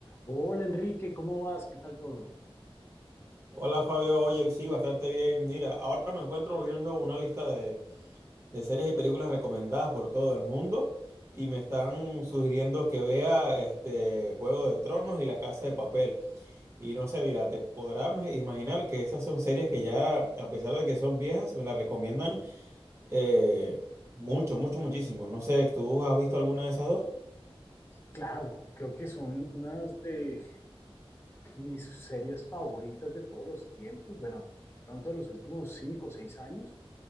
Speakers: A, on the left (about 25°); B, on the right (about 30°).
A: Hola Enrique, ¿cómo vas? ¿Qué tal todo?
B: Hola Fabio, oye, sí, bastante bien. Mira, ahora me encuentro viendo una lista de, de series y películas recomendadas por todo el mundo y me están sugiriendo que vea este Juego de Tronos y La Casa de Papel. Y no sé, mira, te podrás ma- imaginar que esas son series que ya, a pesar de que son viejas, me las recomiendan eh, mucho, mucho, muchísimo. No sé, ¿tú has visto alguna de esas dos?
A: Claro, creo que son unas de mis series favoritas de todos los tiempos, bueno, pronto de los últimos cinco o seis años.